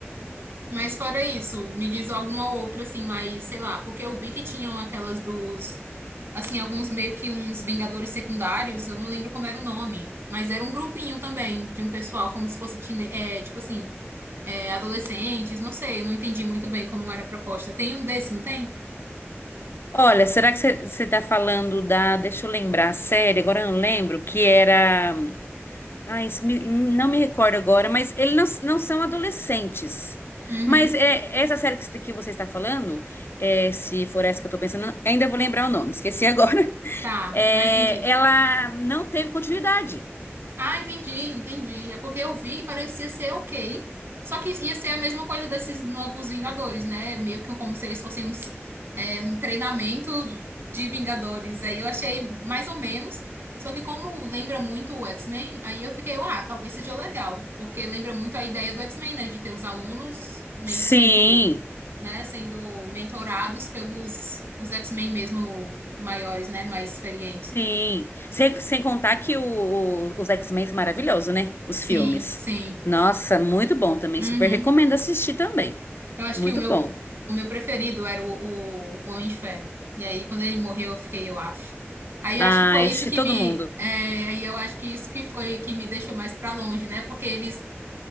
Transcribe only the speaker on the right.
Mas fora isso, me diz alguma outra assim, mais, sei lá, porque eu vi que tinham aquelas dos, assim, alguns meio que uns Vingadores secundários, eu não lembro como era o nome, mas era um grupinho também de um pessoal, como se fosse, tine- é, tipo assim, é, adolescentes, não sei, eu não entendi muito bem como era a proposta. Tem um desse, não tem?
Uhum,
tá,
mas me diz.
Ah, entendi, entendi. É porque eu vi e parecia ser ok. Só que ia ser a mesma coisa desses novos Vingadores, né? Meio que como se eles fossem uns, é, um treinamento de Vingadores. Aí eu achei mais ou menos. Só que como lembra muito o X-Men, aí eu fiquei, ah, talvez seja legal. Porque lembra muito a ideia do X-Men, né? De ter os alunos meio
que sendo, né? Sendo mentorados pelos os X-Men mesmo maiores, né? Mais experientes.
Sim,
sim.
Uhum.
Eu acho
que o meu,
o meu preferido era o, o Homem de Ferro. E aí, quando ele morreu, eu fiquei, eu acho. Aí
eu acho que foi isso
que
me.
é, aí eu acho que isso que foi que me deixou mais pra longe, né? Porque eles